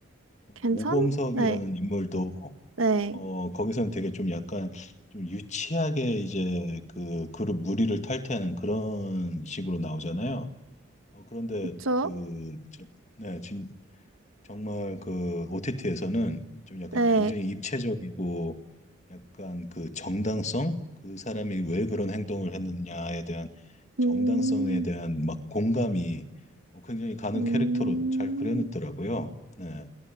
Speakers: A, on the left; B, on the right.
A: 오범석이라는
B: 괜찮? 네.
A: 인물도,
B: 네.
A: 어, 거기서는 되게 좀 약간 좀 유치하게 이제 그 그룹 무리를 탈퇴하는 그런 식으로 나오잖아요. 어, 그런데
B: 그쵸?
A: 그, 진- 네, 진, 정말 그 OTT에서는 좀 약간
B: 네.
A: 굉장히 입체적이고 약간 그 정당성? 그 사람이 왜 그런 행동을 했느냐에 대한
B: 음,
A: 정당성에 대한 막 공감이 어, 굉장히 가는
B: 음,
A: 캐릭터로 잘 그려냈더라고요. 네.